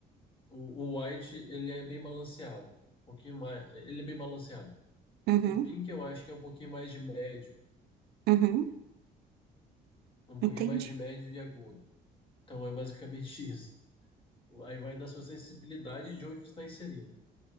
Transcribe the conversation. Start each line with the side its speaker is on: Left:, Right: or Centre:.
Left: O, o white, ele é bem balanceado. Um pouquinho mais. Ele é bem balanceado.
Right: uhum,
Left: O pink, eu acho que é um pouquinho mais de médio.
Right: uhum,
Left: Um
Right: entendi.
Left: pouquinho mais de médio e agudo. Então é basicamente <laughs> isso. Aí vai da sua sensibilidade de onde você está inserido.